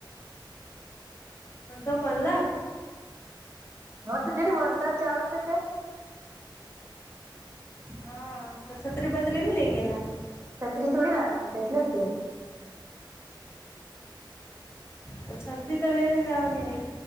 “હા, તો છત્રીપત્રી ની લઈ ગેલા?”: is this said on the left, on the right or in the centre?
Left